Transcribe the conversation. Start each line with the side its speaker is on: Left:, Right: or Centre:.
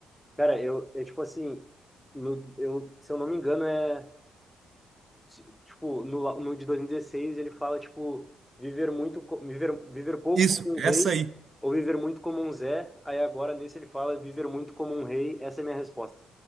Centre: Cara, eu. É tipo assim. No, eu, se eu não me engano, é. se- Tipo, no, lá- no de 2016 ele fala, tipo, viver muito. co- Viver, viver pouco
Right: Isso,
Centre: como
Right: essa
Centre: um rei
Right: aí.
Centre: ou viver muito como um Zé. Aí agora nesse ele fala viver muito como um rei. Essa é a minha resposta.